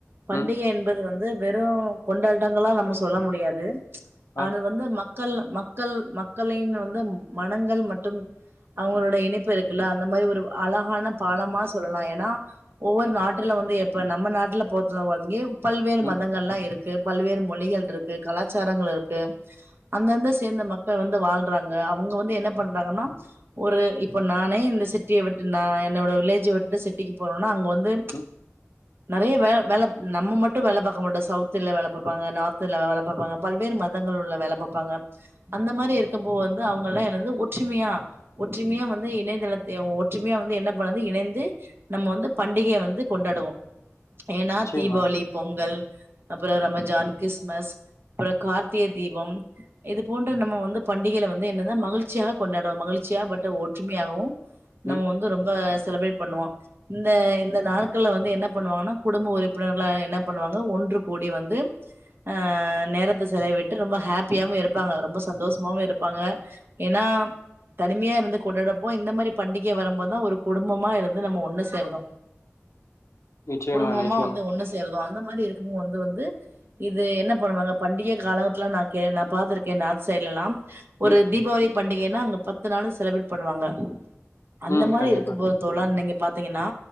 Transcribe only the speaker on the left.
ம்
ஆ
ம்
ம்
நிச்சயமா
ம்
நிச்சயமா
நிச்சயமா
ம்
ம்
கண்டிப்பா